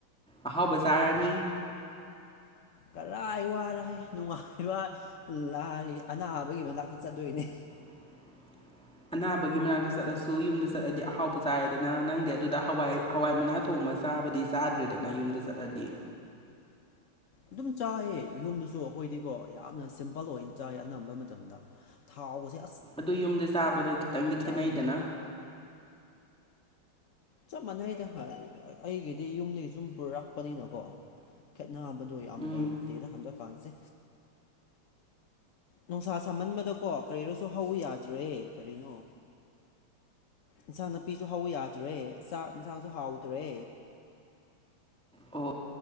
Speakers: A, in the centre; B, on the left.
A: ꯑꯍꯥꯎ ꯖꯔꯅꯤ
B: ꯀꯔꯥꯏ ꯋꯥꯔꯥꯏ ꯅꯨꯡꯉꯥꯏꯕ ꯂꯥꯏꯔꯤ ꯑꯅꯥꯕꯒꯤ ꯃꯅꯥꯛꯇ ꯆꯠꯇꯣꯏꯅꯦ
A: <unintelligible> ꯑꯅꯥꯕꯒꯤ ꯃꯅꯥꯛꯇ ꯆꯠꯂꯁꯨ ꯌꯨꯝꯗ ꯆꯠꯂꯗꯤ ꯑꯍꯥꯎꯕ ꯆꯥꯏꯔꯦꯗꯅ ꯅꯪꯗꯤ ꯑꯗꯨꯗ ꯍꯋꯥꯏ ꯍꯋꯥꯏ ꯃꯅꯥ ꯊꯣꯡꯕ ꯆ ꯆꯥꯗ꯭ꯔꯦꯗꯅ ꯌꯨꯝ ꯆꯠꯂꯗꯤ
B: ꯑꯗꯨꯝ ꯆꯥꯏꯑꯌꯦ ꯌꯨꯝꯗꯨꯁꯨ ꯑꯩꯈꯣꯏꯗꯤꯀꯣ ꯌꯥꯝꯅ ꯁꯤꯝꯄꯜ ꯑꯣꯏꯅ ꯆꯥꯏ ꯑꯅꯝꯕ ꯃꯇꯝꯗ ꯊꯥꯎꯕꯁ
A: ꯑꯗꯨ ꯌꯨꯝꯗ ꯆꯥꯕꯗꯤ ꯈꯤꯇꯪꯗꯤ ꯈꯦꯠꯅꯩꯗꯅ
B: ꯉꯝꯗꯣꯏꯅꯣ ꯆꯞ ꯃꯥꯟꯅꯩꯗ ꯑꯩꯒꯤꯗꯤ ꯌꯨꯝꯗꯒꯤ ꯁꯨꯝ ꯄꯨꯔꯛꯄꯅꯤꯅꯀꯣ ꯑꯅꯥꯕꯗꯣ ꯌꯥꯝ
A: ꯎꯝ
B: ꯂꯩꯇꯦꯗ ꯍꯟꯗꯛꯀꯥꯟꯁꯦ ꯅꯨꯡꯁꯥ ꯁꯥꯍꯟꯕꯗꯀꯣ ꯀꯔꯤꯔꯁꯨ ꯍꯧ ꯌꯥꯗ꯭ꯔꯦ ꯀꯔꯤꯅꯣ ꯏꯟꯁꯥꯡ ꯅꯥꯄꯤꯁꯨ ꯍꯧ ꯌꯥꯗ꯭ꯔꯦ ꯆꯥꯛ ꯏꯟꯁꯥꯡꯁꯨ ꯍꯥꯎꯗ꯭ꯔꯦ
A: ꯑꯣ